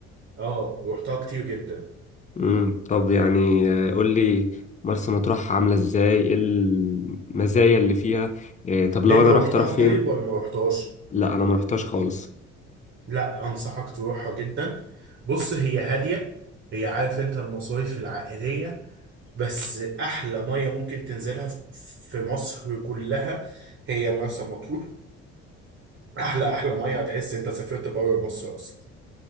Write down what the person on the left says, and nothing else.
امم طب يعني آه، قول لي مرسى مطروح عاملة ازاي ايه المزايا اللي فيها آه، طب لو
انا
رحت اروح فين
لا انا ما رحتش خالص